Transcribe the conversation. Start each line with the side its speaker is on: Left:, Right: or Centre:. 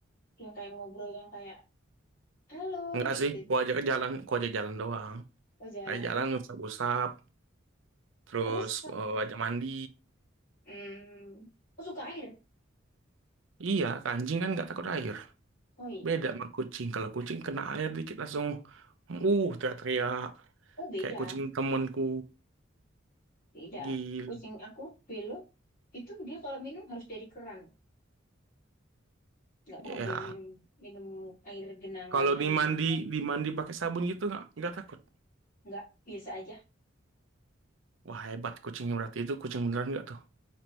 Left: yang kayak ngobrol yang kayak halo
Right: Enggak
Left: kayak
Right: sih.
Left: gitu-gitu.
Right: Gue ajak ke jalan. Gue ajak jalan doang.
Left: Oh jalan.
Right: Ajak jalan usap-usap. Terus
Left: Terus Kak,
Right: eh, ajak mandi.
Left: hmm, oh suka air.
Right: Iya. Anjing kan nggak takut air.
Left: Oh iya
Right: Beda
Left: iya.
Right: sama kucing. Kalau kucing kena air dikit langsung. Uh teriak-teriak.
Left: Oh beda,
Right: Kayak kucing temenku.
Left: beda.
Right: gil.
Left: Kucing aku Belo itu dia kalau minum harus dari keran. Nggak mau
Right: Ya.
Left: dia minum minum air genangan
Right: Kalau
Left: air
Right: dimandi,
Left: yang
Right: dimandi pakai sabun gitu nggak nggak takut.
Left: Enggak, biasa aja.
Right: Wah hebat kucing berarti itu kucing beneran nggak tuh?